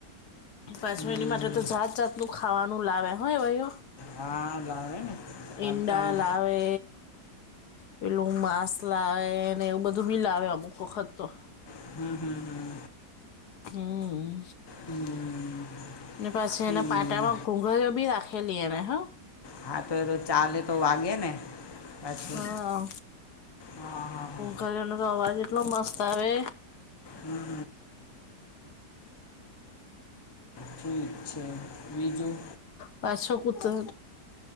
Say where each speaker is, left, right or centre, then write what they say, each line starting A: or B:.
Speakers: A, on the left (about 70°); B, on the left (about 20°).
A: પાંચ
B: હમ
A: મિનિ માટે તો જાત જાતનુંું ખાવાનું લાવે હોય ભાઈયો
B: હા લાવે ને સારું
A: ઈંડા
B: સારું
A: લાવે. પેલું માસલાને એવું બધું બિલાવે અમુક વખત તો
B: હમ હમ હમ.
A: હમ
B: હમ હમ
A: પછી
B: હમ
A: એના પાટામાં ઘૂઘરયો બી રાખે ખલ એને હ.
B: હા તો એ ચાલે તો વાગે ને પાછું
A: હા
B: હા હા હા
A: કુંક નો તો અવાજ એટલો મસ્ત આવે
B: હમ હ છે બીજું
A: પાછો કૂતને